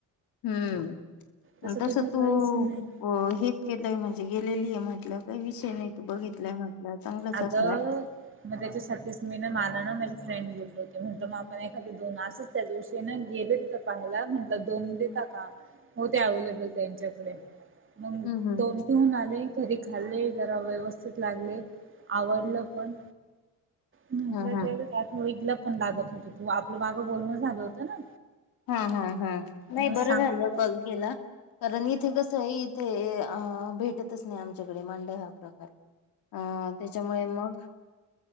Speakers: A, on the left (about 85°); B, on the right (about 35°).
A: हम्म
B: तसं
A: तस
B: तिथे
A: तू
B: काहीच नाही
A: अ हे केलंय म्हणजे गेलेली म्हटलं काही विषय नाही तू बघितलाय म्हटलं चांगलंच
B: अगं
A: असणार.
B: मग त्याच्यासाठी मी ना अग माझी फ्रेंड बोलली होती. म्हणत मग आपण एखादी दोन असच त्या दिवशी ना गेले तिथं पाहायला म्हंटलं दोन देता का? <unintelligible> त्यांच्याकडे मग
A: हम्म हम्म.
B: दोन ठेऊून आले. घरी खाल्ले जरा व्यवस्थित. लागलीये आवडल पण म्हटलं
A: हा हा
B: आठवडी पण लागत होत तू आपलं मागं बोलण झालं होतं ना?
A: हा, हा, हा नाही
B: मग सांगलं
A: बरं झालं कॉल केला कारण इथे कस आहे. ते भेटतच नाही आमच्याकडे मांडव हा प्रकार. अ त्याच्यामुळे मग